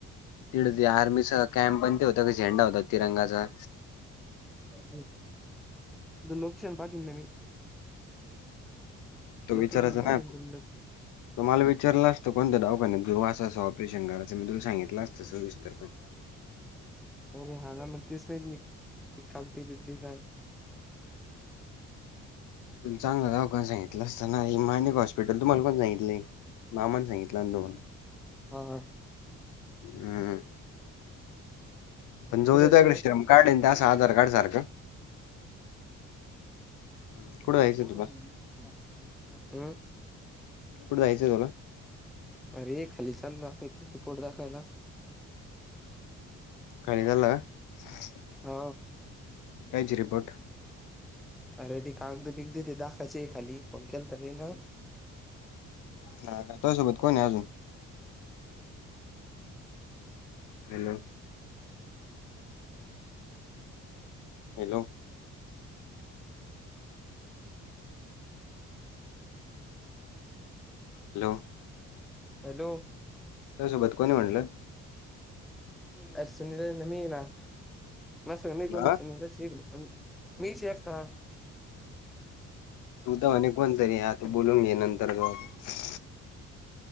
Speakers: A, on the left; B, in the centre.
A: तिथं ते आर्मीचा कॅम्प पण ते होता झेंडा होता तिरंगाचा.
B: <unintelligible> लोकेशन पाठन नाही मी.
A: तो
B: लोकेशन
A: विचारायच
B: पाठवून
A: नाय, तु
B: तुला
A: मला विचारला असतं कोणत्या दवाखान्यात घेऊन असं असं ऑपरेशन करायचं मी तुला सांगितलंच असतं. सविस्तर पणे.
B: अरे हाला म्हण तेच नाही तध काय <unintelligible>
A: तुला चांगलं दवाखाना सांगितलं असताना, हे मानिक हॉस्पिटल तुम्हाला कोण सांगितले? मामान सांगितलंय.
B: हा हा
A: हम् पण जाऊ
B: कुठं
A: देेतो
B: जायचं
A: इकडे
B: रे
A: श्रम कार्ड आहे, त्यां आधार कार्ड सारखं. हम्म.
B: ते
A: कुठं
B: पहि
A: जायचंय
B: बोलून
A: तुला?
B: म कात <unintelligible>
A: कुठं जायचंय.
B: अरे खाली चालोय <unintelligible> रिपोर्ट दाखवायला.
A: खाली चाला का?
B: हा
A: कायचे रिपोर्ट?
B: अरे ते कागद बिकगद ते दाखयचे खाली, फोन केलाता <unintelligible>
A: हो का तुझ्यासोबत कोण आहे अजून? हॅलो हॅलो हॅलो
B: हॅलो
A: तुझ्यासोबत कोण आहे म्हटलं?
B: अर सुनीला न मी ना <inaudible> म सग नाही कोणी
A: हा?
B: सग मीच एककता <inaudible>
A: तू तर अ कोण तरी आ तू बोलून घे नंतर ज <inaudible>